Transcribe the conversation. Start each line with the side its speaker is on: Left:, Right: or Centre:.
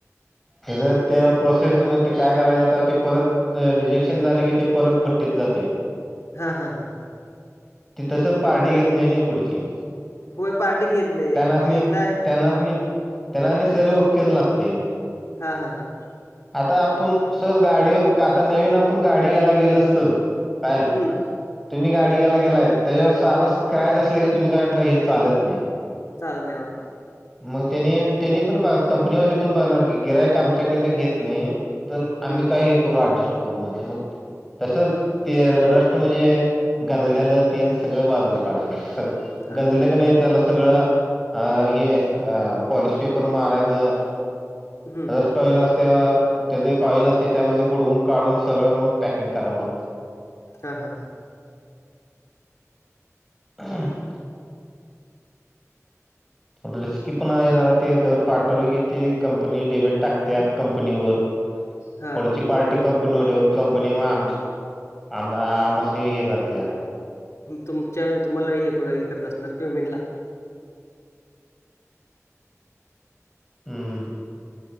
Centre: त्याच त्या प्रोसेसमध्ये काय करायच आता ते परत रिजेक्शन झालं की ते परत भट्टीत जातंय.
Left: हा हा हा हां.
Centre: ती तस पार्टी घेत नाही ना पुढची
Left: होय पार्टी घेत नाही
Centre: त्यांनास्नि,
Left: ते एकदा
Centre: त्यांनास्नि, त्यांनास्नि सर्व ओक्केच लागतय.
Left: हा हा हा.
Centre: आता आपुण सहज गाडी, आता नवीन आपण गाडी घ्यायला गेल सहज काय?
Left: हं.
Centre: तुम्ही गाडी घ्यायला गेलाय त्याच्यावर साधा स्क्रॅच असला की तुम्ही काय म्हटलं हे चालत नाही.
Left: चालत नाही होय.
Centre: मग त्यानी, त्यांनी पण बघा कंपनीवाले पण बघणार की, गिराहिक आमच्याकडन घेत नाही. तर
Left: हं.
Centre: आम्ही काय हे करू, ऍडजस्ट करू म्हणताय म तसच ते रष्ट म्हणजे, गांजल्यालं ते सगळं बाजूला काढायला लागत सगळं.
Left: हां
Centre: गंजलं
Left: हां.
Centre: का ना त्याला सगळं, अ हे पॉलिश पेपर मारायचं
Left: हम्म.
Centre: रस्ट ऑइल असते, त्याज एक ऑइल असतय त्यामध्ये बुडवून काढून सगळं मग पॅकिंग करावं लागतय.
Left: हा हा हा.
Centre: <unintelligible> रिस्की पण आहे, जरा ते एक पाठवले की ते कंपनी डेबिट टाकत्यात. कंपनी वर,
Left: हां.
Centre: पुढची पार्टी कंपनी म आमची आमसनी हे करत्या.
Left: तुमच्या‌, तुम्हाला हे हे करत असणार पेमेंटला
Centre: हम्म